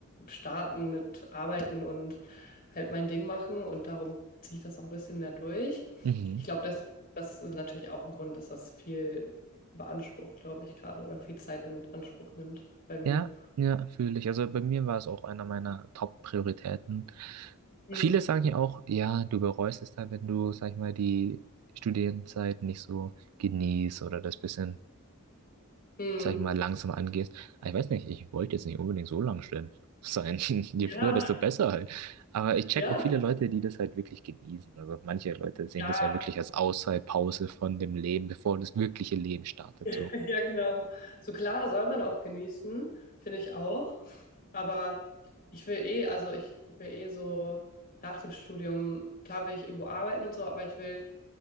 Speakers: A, on the left; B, on the right.
A: starten mit Arbeiten und halt mein Ding machen und darum ziehe ich das auch ein bisschen mehr durch.
B: Mhm.
A: Ich glaube, das, das ist natürlich auch ein Grund, dass das viel beansprucht, glaube ich, gerade oder viel Zeit in Anspruch nimmt bei mir.
B: Ja, ja, fühle ich. Also bei mir war es auch einer meiner Top-Prioritäten.
A: Mhm.
B: Viele sagen ja auch, ja, du bereust es dann, wenn du, sag ich mal, die Studienzeit nicht so genießt oder das bisschen,
A: Mhm.
B: sag ich mal, langsam angehst. Aber ich weiß nicht, ich wollte jetzt nicht unbedingt so lang stehen sein. <laughs> Je früher,
A: Ja,
B: desto besser halt. Aber ich check
A: ja,
B: auch viele Leute, die das halt wirklich genießen. Also manche Leute sehen
A: ja,
B: das ja wirklich als Auszeitpause von dem Leben, bevor das wirkliche Leben startet.
A: <laughs>
B: So.
A: ja, genau. So klar soll man auch genießen, finde ich auch. Aber ich will eh, also ich will eh so nach dem Studium, klar will ich irgendwo arbeiten und so, aber ich will